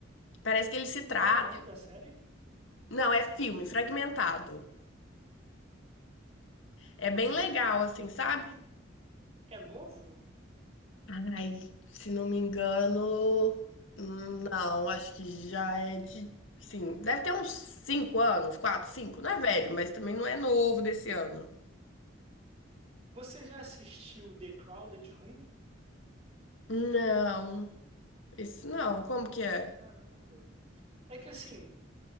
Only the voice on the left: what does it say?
Parece que ele se trata.
Não, é filme, fragmentado. É bem
legal, assim, sabe?
Ai, se não me engano, não, acho que já é de, sim, deve ter uns 5 anos, 4, 5, não é velho, mas também não é novo desse ano.
Não, esse não, como que é?